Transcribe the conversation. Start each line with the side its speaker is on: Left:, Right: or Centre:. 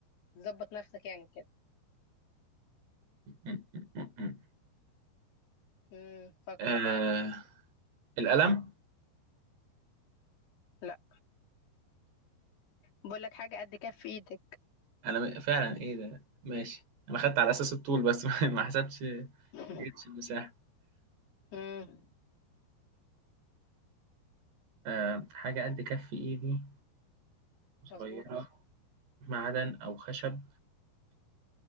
Left: ظبط نفسك يعني كده
Right: <laughs>
Left: امم فكر
Right: آه القلم
Left: لا بقول لك حاجه قد كف ايدك
Right: انا م- فعلا ايه ده ماشي انا خدت على اساس الطول بس <laughs> ما حسبتش ما
Left: <laughs>
Right: جبتش المساحه
Left: امم
Right: آه حاجه قد كف ايدي صغيره
Left: مظبوط
Right: معدن او خشب